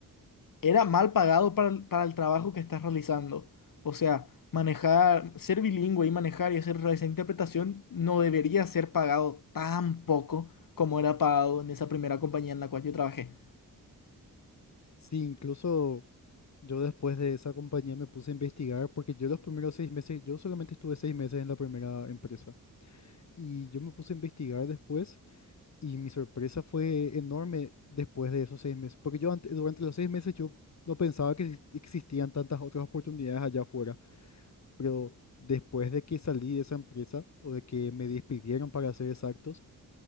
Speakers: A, on the left; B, on the left.
A: Era mal pagado para, el- para el trabajo que estás realizando. O sea, manejar, ser bilingüe y manejar y hacer esa interpretación no debería ser pagado tan poco como era pagado en esa primera compañía en la cual yo trabajé.
B: Sí, incluso yo después de esa compañía me puse a investigar porque yo los primeros seis meses, yo solamente estuve seis meses en la primera empresa y yo me puse a investigar después y mi sorpresa fue enorme después de esos seis meses, porque yo antes, durante los seis meses yo no pensaba que exist- existían tantas otras oportunidades allá afuera, pero después de que salí de esa empresa o de que me despidieron para ser exactos,